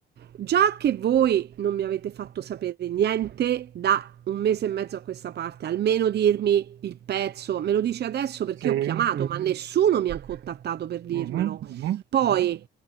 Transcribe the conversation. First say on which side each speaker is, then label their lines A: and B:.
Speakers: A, on the right; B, on the right.
A: Già che voi non mi avete fatto sapere niente da un mese e mezzo a questa parte, almeno dirmi il pezzo, me lo dici adesso perché
B: sì.
A: io ho chiamato, ma nessuno mi ha contattato per dirmelo.
B: Mhm, mhm.
A: Poi